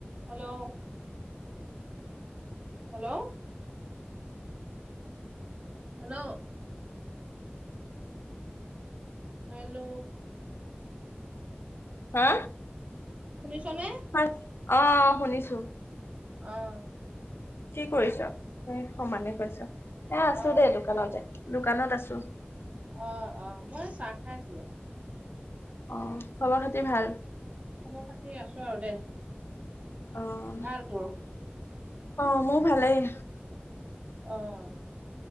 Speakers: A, on the right; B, on the left.
A: Hello hello. Hello. Hello.
B: হা।
A: শুনিছনে?
B: হয় অহ শুনিছো।
A: অহ'।
B: কি কৰিছ এ সমানে কৈছ এ আছো
A: অ',
B: দেই দোকানতে। দোকানত আছোঁ।
A: অ', অ', মই চাহ খাই আছিলো।
B: অ, খবৰ খাতি ভাল?
A: খবৰ খাতি আছোঁ আৰু দে।
B: অ',
A: ভাল তোৰ?
B: অ', মোৰ ভালেই।
A: অহ'